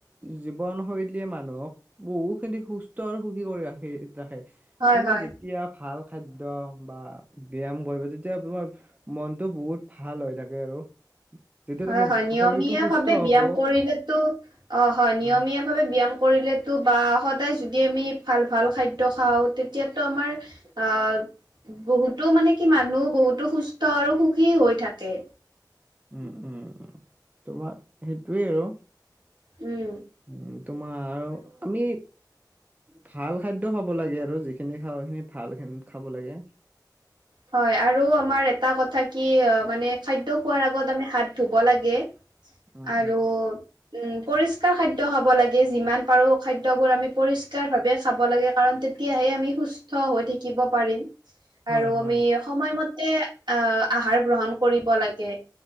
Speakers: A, on the right; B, on the right.
A: জীৱন শৈলীয়ে মানুহক বহু খিনি সুস্থ আৰু সুখী কৰি ৰাখে ৰাখে
B: হয়
A: তুমি
B: হয়
A: যেতিয়া ভাল খাদ্য বা ব্যায়াম কৰিবা তেতিয়া তোমাৰ মনটো বহুত ভাল হৈ থাকে আৰু <inaudible>
B: হয়
A: তোমাৰ
B: হয় নিয়মীয়া
A: শৰীৰটো সুস্থ
B: ভাৱে
A: হব
B: ব্যায়াম কৰিলে তো অ হয় নিয়মীয়া
A: আহ,
B: ভাৱে ব্যায়াম ক কৰিলেতো বা সদায় যদি আমি ভাল ভাল খাদ্য খাওঁ তেতিয়াতো আমাৰ অ বহুত টো মানে কি মানুহ বহুতো সুস্থ আৰু সুখী হৈ থাকে
A: উম উম উ তোমাৰ সেইটোৱে আৰু
B: উম
A: উ তোমাৰ আৰু আমি ভাল খাদ্য টো খাব লাগে আৰু যিখিনি খাওঁ খিনি ভাল খাব লাগে
B: হয় আৰু আমাৰ এটা কথা কি অ মানে খাদ্য খোৱাৰ আগত আমি হাত ধুব লাগে
A: উম
B: আৰু
A: উম
B: উম পৰিস্কাৰ খাদ্য খাব লাগে যিমান পাৰো খাদ্যবোৰ আমি পৰিস্কাৰ ভাৱে খাব লাগে কাৰণ তেতিয়াহে আমি সুস্থ হৈ থাকিব পাৰিম
A: হয়
B: আৰু
A: হয়
B: আমি সময়মতে আহ আহাৰ গ্ৰহণ কৰিব লাগে